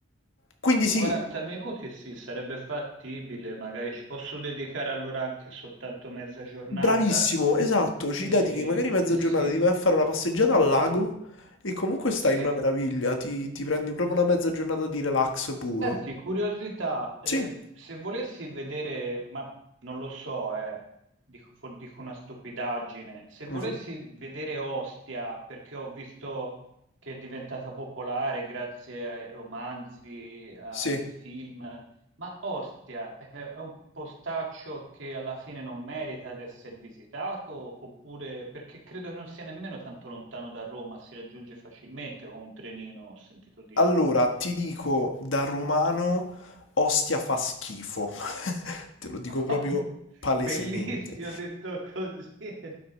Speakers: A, on the left; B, on the right.
A: Quindi sì,
B: 40 minuti sì, sarebbe fattibile, magari ci posso dedicare allora anche soltanto mezza giornata.
A: bravissimo, esatto, ci
B: E,
A: dedichi magari mezza
B: e
A: giornata,
B: sì,
A: ti vai a fare una passeggiata al lago e comunque stai
B: sì.
A: una meraviglia, ti, ti prendi proprio una mezza giornata di relax puro.
B: Senti, curiosità, eh,
A: Sì.
B: se volessi vedere, ma non lo so, eh, dico, fo- dico una stupidaggine, se
A: Mhm.
B: volessi vedere Ostia, perché ho visto che è diventata popolare grazie ai romanzi, ai
A: Sì.
B: film, ma Ostia è, è un postaccio che alla fine non merita di essere visitato, oppure perché credo che non sia nemmeno tanto lontano da Roma, si raggiunge facilmente con un trenino, ho sentito dire.
A: Allora, ti dico da romano, Ostia fa schifo. <laughs> Te lo dico
B: <laughs>
A: proprio palesemente.
B: Bellissimo, detto così, <laughs> è